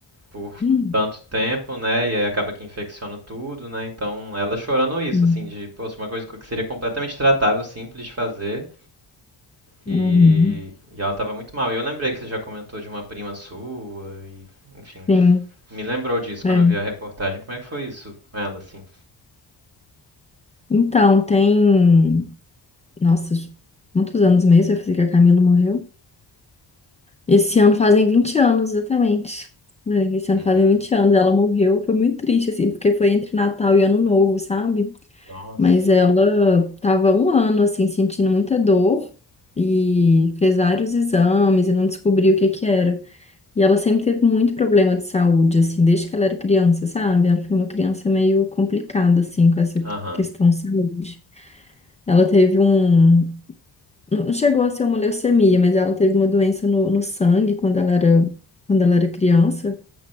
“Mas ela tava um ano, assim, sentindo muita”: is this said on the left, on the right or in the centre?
Left